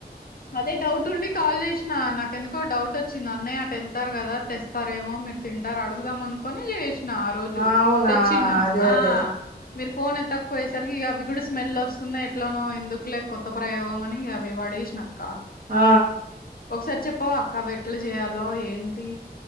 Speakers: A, on the left; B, on the right.
A: అదే డౌట్ ఉండి కాల్ చేసినా, నాకెందుకో డౌట్ వచ్చింది అన్నయ్య అటు వెళ్తారు కదా, తెస్తారేమో మీరు తింటారు అడుగుదాం అనుకొని చేసినా రోజు
B: ఆ అవునా
A: తెచ్చిన
B: అదే
A: ఆ
B: అదే
A: మీరు ఫోన్ ఎత్తకపోయేసరికి ఇక అవి కూడా స్మెల్ వస్తున్నాయి ఎట్లానో ఎందుకులే కొత్త ప్రయోగం అని ఇ అవి పడేసినక్క
B: ఆ
A: ఒక సారి చెప్పావా అక్క వెట్లు చేయాలో ఏంటి